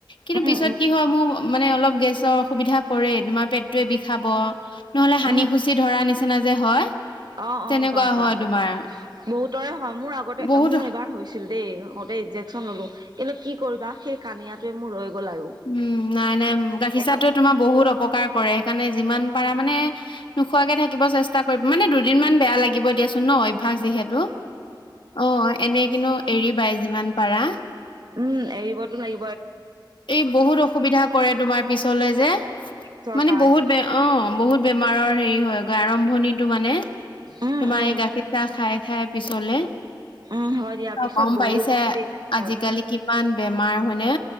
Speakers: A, on the left; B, on the right.
A: কিন্তু
B: উম
A: পিছত
B: উম
A: কি হয় মোৰ মানে অলপ গেছ অসুবিধা কৰেই তোমাৰ পেটয়ে বিষাব নহলে সানি
B: উম
A: খুচি ধৰা নিচিনা যে হয়
B: অ
A: তেনেকুৱা
B: অ গম পাও
A: হয় তোমাৰ
B: বহুতৰে হয় মোৰ আগতে
A: বহুত
B: মোৰ এবাৰ হৈছিল দেই হতে ইন্জেকচন ললো কিন্তু কি কৰিবা সেই কানিয়াটোৱে মোৰ ৰৈ গ'ল আৰু
A: উম নাই নাই গাখীৰ
B: একাপ
A: চাহটোৱে তোমাৰ বহুত অপকাৰ কৰে সেইকাৰণে যিমান পাৰা মানে নোখোৱাকে থাকিব চেষ্টা কৰিব মানে দুদিনমান বেয়া লাগিব দিয়াচোন ন অভ্যস যিহেতু অ এনে কিনো এৰিবাই যিমান পাৰা
B: উম এৰিবতো লাগি
A: এই বহুত অসুবিধা কৰে তোমাৰ পিছলে যে
B: পিছৰ
A: মানে
B: কাৰণে
A: বহুত বে অ বহুত বেমাৰৰ হেৰি হয় গৈ আৰম্ভণিটো মানে
B: উম
A: তোমাৰ
B: উম
A: এই গাখীৰ চাহ খাই খাই পিছলে
B: উম হয় দিয়া পিছত
A: অ গম
B: বহুত
A: পাইছা
B: দিগদাৰ হয়
A: আজিকালি
B: উম
A: কিমান বেমাৰ হয়নে